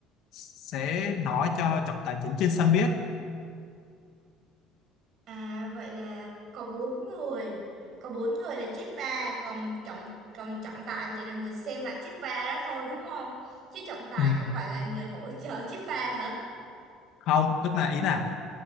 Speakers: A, on the left (about 55°); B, on the right (about 40°).
A: sẽ nói cho trọng tài chính trên sân biết.
B: à vậy là có bốn người có bốn người là chép va còn trọng còn trọng tài chỉ là người xem lại chép va đó thôi đúng không chứ trọng tài
A: Ừ.
B: không phải là người hỗ trợ chép va hả
A: không tức là ý là